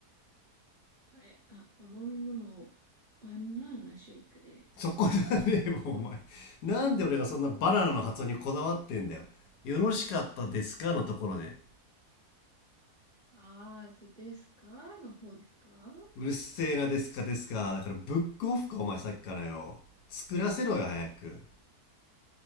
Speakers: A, on the right (about 35°); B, on the left (about 85°).
A: はい。あ、お飲み物をバナナシェイクで。
B: そこじゃねえもん、お前。なんで俺がそんなバナナの発音にこだわってんだよ。よろしかったですかのところで。
A: あーずですかの方ですか
B: うるせえなですかですか。だからブックオフか、お前さっきからよ。作らせろよ、早く。